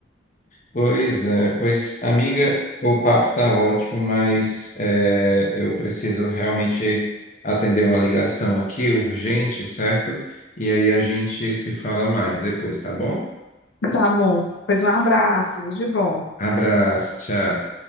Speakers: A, on the left (about 40°); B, on the left (about 75°).
A: Pois é, pois, amiga, o papo tá ótimo, mas é, eu preciso realmente atender uma ligação aqui, urgente, certo? E aí a gente se fala mais depois, tá bom?
B: Tá bom. Pois um abraço, tudo de bom.
A: Abraço, tchau.